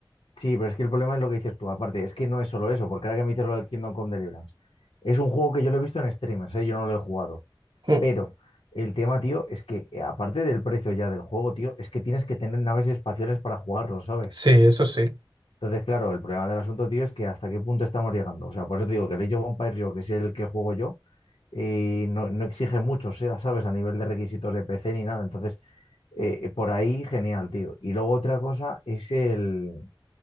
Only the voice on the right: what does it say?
Mm,
Sí, eso sí.